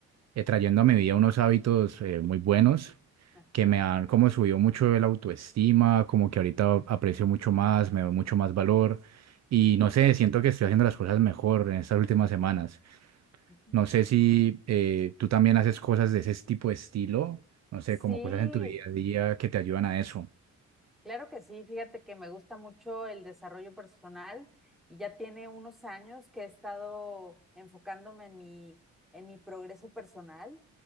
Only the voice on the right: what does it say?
eh, trayendo a mi vida unos hábitos eh, muy buenos
que me han como subido mucho el autoestima, como que ahorita aprecio mucho más, me doy mucho más valor y
no sé, siento que estoy haciendo las cosas mejor en estas últimas semanas.
No sé si eh, tú también haces cosas de ese tipo de estilo, no sé,
como cosas en tu día a día que te ayudan a eso.